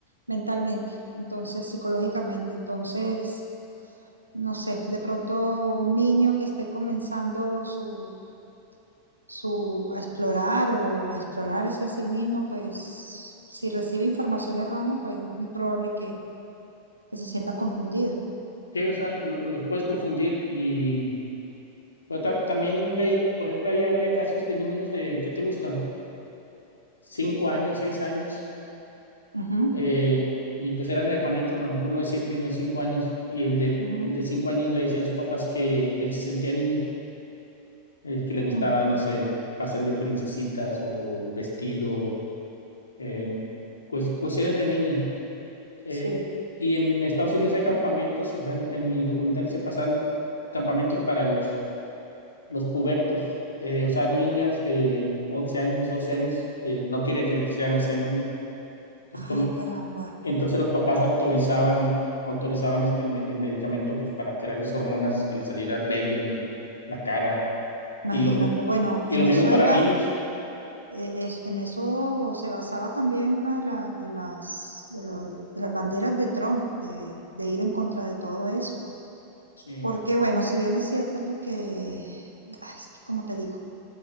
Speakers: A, on the right (about 85°); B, on the left (about 75°).
A: mentalmente, entonces psicológicamente. Entonces, no sé, de pronto un niño que esté comenzando su, su a explorar o a explorarse a sí mismo, pues si recibe información errónea, pues es muy probable que, que se sienta confundido.
B: Sí, o sea, lo- los puedes confundir y pero ta- también ve, por ejemplo, ahí había casos de niños de, ¿qué te gusta? Cinco años, seis años
A: Ujú,
B: eh, y pues eran hermanitos, ¿no? a lo mejor uno de siete y uno de cinco años, y el de,
A: ujú,
B: el de cinco años le decía a sus papás que él se sentía niña, eh, que le gustaba,
A: mm,
B: no sé, el pastel de princesitas o el vestido, eh, cues- cuestiones de niña. Eh,
A: Sí.
B: y en Estados Unidos hay campamentos, o sea, en, en el documental se pasan campamentos para los, los pubertos. eh, o sea, niñas de 11 años, 12 años que no querían que le sean, no sé, no, no. Entonces,
A: Ay,
B: tom-
A: caramba.
B: Entonces los papás autorizaban, autorizaban este, el, me- el medicamento pues para crearles hormonas que les saliera bello en la cara
A: Imagínate.
B: y lo,
A: Bueno,
B: y,
A: en
B: y lo mismo
A: eso
B: para
A: iba.
B: niños.
A: eh, es- en eso se basaba también una de, la- de las, de, lo- de las banderas de Trump, de, de ir en contra de todo eso.
B: Sí,
A: Porque, bueno, si bien es cierto que, ah, es que como te digo,